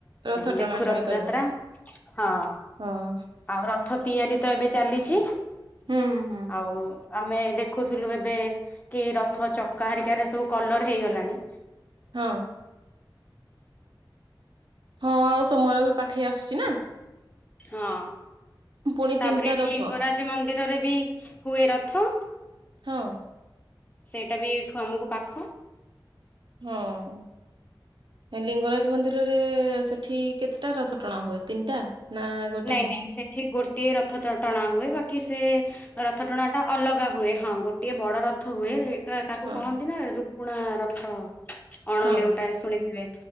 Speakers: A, on the right; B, on the left.
A: ରଥ
B: ଦେଖୁ
A: ଟଣାଟଣି
B: ରଥଯାତ୍ରା,
A: କରିବ
B: ହଁ
A: ହଁ।
B: ଆଉ ରଥ ତିଆରି ତ ଏବେ ଚାଲିଚି।
A: ହୁଁ ହୁଁ।
B: ଆଉ ଆମେ ଦେଖୁଥିଲୁ ଏବେ କି ରଥ ଚକା ହେରିକା ଏସବୁ କଲର ହେଇଗଲାଣି।
A: ହଁ। ହଁ ଆଉ ସମୟ ବି ପାଖେଇ ଆସୁଚି ନା।
B: ହଁ
A: ପୁଣି
B: ତାପରେ
A: ତିନିଟା
B: ଏଇଠି
A: ରଥ
B: ଲିଙ୍ଗରାଜ ମନ୍ଦିର ରେ ବି ହୁଏ ରଥ
A: ହଁ।
B: ସେଇଟା ବି ଏଠୁ ଆମକୁ ପାଖ।
A: ହଁ। ଲିଙ୍ଗରାଜ ମନ୍ଦିରରେ ସେଠି କେତେଟା ରଥ ଟଣା ହୁଏ ତିନିଟା ନା ଗୋଟେ
B: ନାଇଁ,
A: ହିଁ?
B: ନାଇଁ, ସେଠି ଗୋଟିଏ ରଥ ଟଣା ହୁଏ ବାକି କି ସେ ରଥ ଟଣା ଟା ଅଲଗା ହୁଏ ହଁ ଗୋଟିଏ ବଡ ରଥ ହୁଏ ତ ତାକୁ
A: ହଁ
B: କହନ୍ତି ନା ରୁକୁଣା ରଥ ଅଣ
A: ହଁ
B: ଲେଉଟା ଶୁଣିଥିବେ